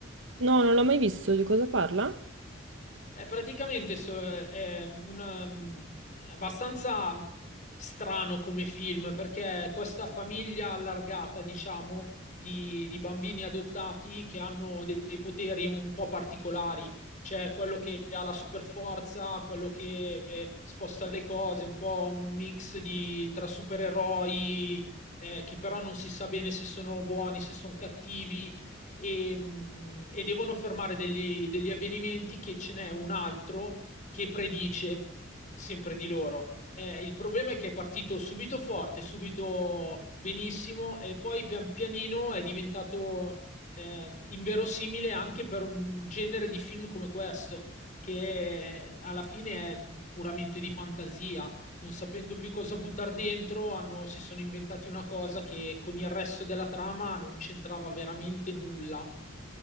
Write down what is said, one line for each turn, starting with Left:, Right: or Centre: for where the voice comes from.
Right: No, non l'ho mai visto, di cosa parla?
Left: È praticamente so- è un, um, è abbastanza strano come film perché questa famiglia allargata, diciamo, di, di bambini adottati che hanno dei, dei poteri un po' particolari. C'è quello che ha la superforza, quello che sposta le cose, un po' un mix di, tra supereroi, eh, che però non si sa bene se sono buoni, se sono cattivi e, e devono fermare degli, degli avvenimenti che ce n'è un altro che predice sempre di loro. Eh, il problema è che è partito subito forte, subito benissimo e poi pian pianino è diventato eh, inverosimile anche per un genere di film come questo, che alla fine è puramente di fantasia, non sapendo più cosa buttare dentro, hanno- si sono inventati una cosa che con il resto della trama non c'entrava veramente nulla.